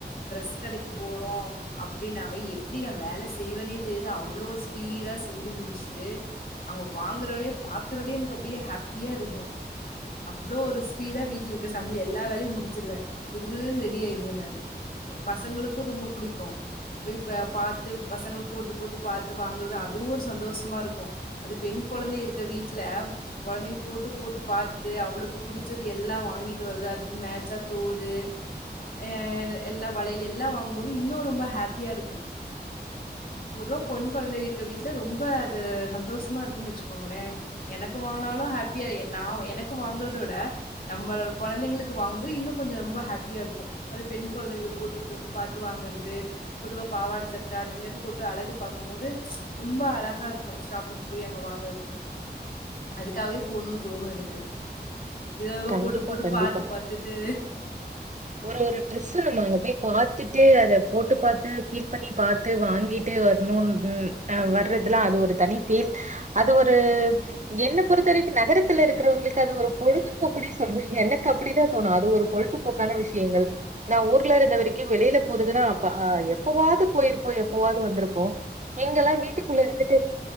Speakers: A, on the left (about 55°); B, on the right (about 45°).
A: ட்ரெஸ் கடைக்கு போறோ அப்படின்னாவே எப்படி தா வேலை செய்வேனே தெரியுது அவ்வளோ ஸ்பீடா செஞ்சு முடிச்சுட்டு அங்க வாங்கறவாலே பாக்குறதே எனக்கு அப்படியே ஹாப்பியா இருக்கு அவ்வளோ ஒரு ஸ்பீடா வீட்டுல இருக்க சமையல் எல்லா வேலையு முடிச்சிருவே கிடுகிடுன்னு ரெடி ஆயிடுவே நானு பசங்களுக்கு ரொம்ப பிடிக்கும் போய் ப பார்த்து பசங்களுக்கு போட்டு போட்டு பார்த்து வாங்கறது அதுவு ஒரு சந்தோஷமா இருக்கு அது பெண் கொழந்தை இருக்குர வீட்டுல கொழந்தைங்க போட்டு போட்டு பார்த்து அவளுக்கு புடிச்சது எல்லா வாங்கிட்டு வருது அதுக்கு மேட்சா தோடு எ எல்லா வளையல் எல்லா வாங்கு போது இன்னு ரொம்ப ஹாப்பியா இருக்கு பொதுவா பொண் குழந்தை இருக்க வீட்டுல ரொம்ப அது சந்தோஷமா இருக்குன்னு வச்சுக்கோங்களே எனக்கு போனாலு ஹாப்பியா இன்ன ந எனக்கு வாங்குறதவிட நம்ம கொழந்தைங்களுக்கு வாங்கும்போது இன்னு கொஞ்ச ரொம்ப ஹாப்பியா இருக்கும் அ பெண் கொழந்தைங்களுக்கு போட்டு போட்டு பாத்து வாங்குறது பொதுவா பாவாட சட்டை அந்த மாரி போட்டு அழகு பாகு போது ரொம்ப அழகா இருக்கு ஷாப்பிங் போய் அங்க வாங்கறதுக்கு அதுக்காகவே போணுன் தோணு எனக்கு விதவிதமா
B: கண்டிப்பா
A: போட்டு போட்டு
B: கண்டிப்பா
A: பாத்து பாத்துட்டு
B: ஒரு ஒரு ட்ரெஸ்ஸு நம்ம அங்க போய் பாத்துட் டு அத போட்டு பாத்து பீல் பண்ணி பாத்து வாங்கிட்டு வரணும் ஆ வர்றதுல்லா அது ஒரு தனி பீல் அது ஒரு என்ன பொறுத்தவரைக்கு நகரத்துல இருக்கிறவங்களுக்கு அது ஒரு பொழுது இப்ப குடே சொல்ற எனக்கு அப்டிதா தோணு அது ஒரு பொழுதுபோக்கான விஷயங்கள் நா ஊர்ல இருந்த வரைக்கு வெளில போறதுன்னா அப்ப எப்பவாது போயிருப்போ எப்பவாது வந்திருப்போ இங்கல்லா வீட்டுக்குள்ள இருந்துட்டு